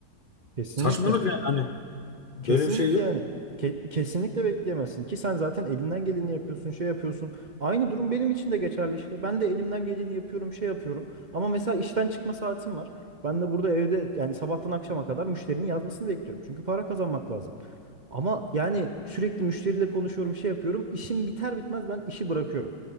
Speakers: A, on the right; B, on the left.
A: Kesinlikle.
B: Saçmalık yani hani böyle
A: Kesinlikle
B: bir şey yok.
A: yani Ke- kesinlikle bekleyemezsin ki sen zaten elinden geleni yapıyorsun şey yapıyorsun. Aynı durum benim için de geçerli işte. Ben de elimden geleni yapıyorum şey yapıyorum. Ama mesela işten çıkma saatim var. Ben de burada evde yani sabahtan akşama kadar müşterinin yazmasını bekliyorum. Çünkü para kazanmak lazım. Ama yani sürekli müşteriyle konuşuyorum şey yapıyorum. İşim biter bitmez ben işi bırakıyorum.